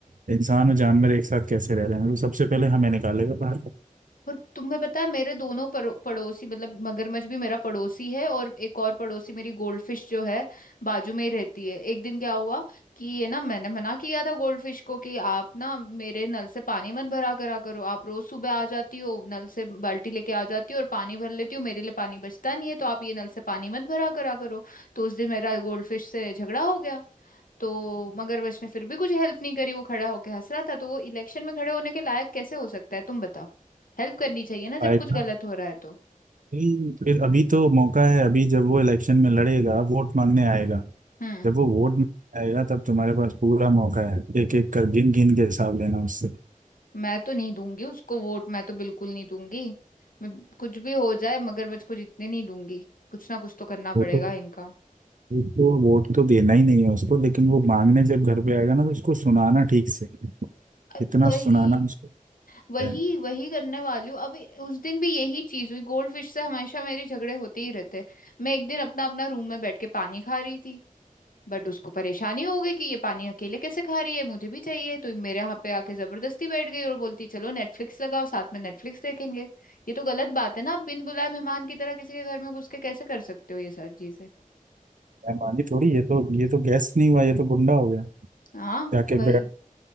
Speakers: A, on the right; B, on the left.
A: इंसान और जानवर एक साथ कैसे रह रहे हैं वो सबसे पहले हमें निकालेगा बाहर
B: और तुम्हें पता है मेरे दोनों परो, पड़ोसी मतलब मगरमच्छ भी मेरा पड़ोसी है और एक और पड़ोसी मेरी गोल्डफिश जो है बाजू में ही रहती है एक दिन क्या हुआ कि ये ना मैंने मना किया था गोल्डफिश को कि आप ना मेरे नल से पानी मत भरा करा करो आप रोज सुबह आ जाती हो नल से बाल्टी लेके आ जाती हो और पानी भर लेती हो मेरे लिए पानी बचता नहीं है तो आप ये नल से पानी मत भरा करा करो तो उस दिन मेरा गोल्डफिश से झगड़ा हो गया तो मगरमच्छ ने फिर भी कुछ हेल्प नहीं करी वो खड़ा होकर हंस रहा था तो वो इलेक्शन में खड़े होने के लायक कैसे हो सकता है तुम बताओ हेल्प करनी चाहिए ना
A: आएगा
B: जब कुछ गलत हो रहा है तो
A: नहीं, फिर अभी तो मौका है अभी जब वो इलेक्शन में लड़ेगा वोट मांगने आएगा
B: हम्म
A: जब वो वोट मांगने आएगा तब तुम्हारे पास पूरा मौका है एक एक कर गिन गिन के हिसाब लेना उससे
B: मैं तो नहीं दूंगी उसको वोट मैं तो बिल्कुल नहीं दूंगी मैं कुछ भी हो जाए मगरमच्छ को जीतने नहीं दूंगी कुछ ना कुछ तो करना
A: वो
B: पड़ेगा
A: तो
B: इनका
A: उसको वोट तो देना ही नहीं है उसको लेकिन वो मांगने जब घर पे आएगा ना तो उसको सुनाना ठीक से
B: अब
A: इतना
B: वही
A: सुनाना उसको
B: वही
A: है
B: वही करने वाली हूँ अब उस दिन भी यही चीज हुई गोल्ड फिश से हमेशा मेरे झगड़े होते ही रहते हैं मैं एक दिन अपना अपना रूम में बैठ के पानी खा रही थी बट उसको परेशानी हो गई कि ये पानी अकेले कैसे खा रही है मुझे भी चाहिए तो मेरे यहाँ पे आके जबरदस्ती बैठ गई और बोलती चलो नेटफ्लिक्स लगाओ साथ में नेटफ्लिक्स देखेंगे ये तो गलत बात है ना आप बिन बुलाए मेहमान की तरह किसी के घर में घुस के कैसे कर सकते हो ये सारी चीजें
A: बेईमानी थोड़ी ये तो ये तो गैस नहीं हुआ ये तो गुंडा हो गया
B: हाँ
A: जाके
B: वही
A: बैठ